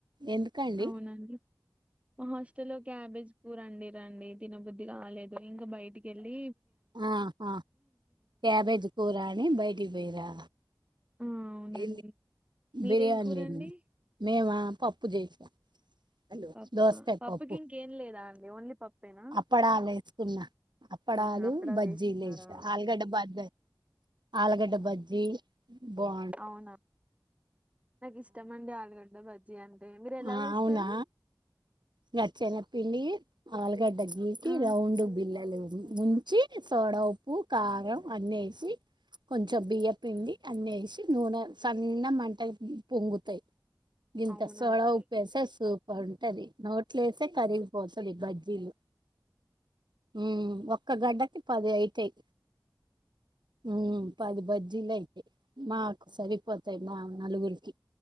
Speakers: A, on the right; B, on the right.
A: ఎందుకండి
B: అవునండి హాస్టల్లో క్యాబేజ్ కూరవండిరండి తినబుద్ధి కాలేదు ఇంకా బయటికెళ్ళి
A: ఆహా క్యాబేజ్ కూరని బైటికి పోయిరా
B: ఆ అవునండి
A: ఏమి
B: మీరేం
A: బిర్యానీ
B: కూరండి
A: లేండి మేమ పప్పు చేసిన హలో
B: పప్పా
A: దోస్కయ
B: పప్పుకి
A: పప్పు
B: ఇంకేం లేదా అండి ఓన్లీ పప్పేనా
A: అప్పాడలే తిన అప్పడాలు
B: ఉహు
A: బజ్జీ
B: చేస్తున్నారా
A: వేసా ఆలుగడ్డ బజ్జ ఆలుగడ్డ బ జ్జిలు బోం
B: అవునా నాకు ఇష్టమండి ఆలుగడ్డ బజ్జి అంటే మీరు ఎలా
A: ఆ
B: చేస్తారు
A: అవునా ఇగా చనగపిండి ఆలు ఆలుగడ్డ గీకి
B: ఆ
A: రౌండు బిల్ల ముంచి సోడ ఉప్పు కారం అన్నిఏసి కొంచెం బియ్య పిండి అన్ని వేసి నూనె సన్న మంటకు పొంగుతయి గింత
B: అవునా
A: సోడ
B: అండి
A: ఉప్పేస్తే సూపరు ఉంటది నోటి నోట్లేస్తే కరిగిపోతది ఇ బజ్లీలు ఉమ్ ఒక్క గడ్డకి పది అయితయి ఉమ్ పది బజ్జీలు అయితయి మాకు సరిపోతయి మా నలుగురికి